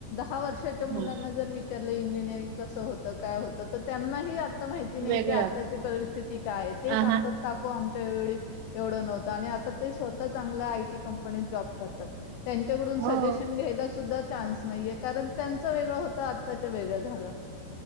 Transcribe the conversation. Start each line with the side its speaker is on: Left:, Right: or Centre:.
Left: ह वर्षाच्या मुलांना
Right: हम्म.
Left: जर विचार इंजिनरिंग कस होत, काय होत, तर त्यांनाही आ माहिती नाही
Right: वेगळं
Left: की आताची परिस्थिती काय, ते
Right: आ
Left: सांगतात
Right: हा.
Left: काकू आम एवढी, एवढं नव्ह आणि आता ते स्वतः चांगल्या आयटी कंपनीत जॉब करतात. त्यांच्याकडून
Right: हो
Left: सजेशन घ्यायला सुद्धा, चान्स नाहीये. कारण त्यांचा वेगळं होत, आताच्या वेगळं झालं.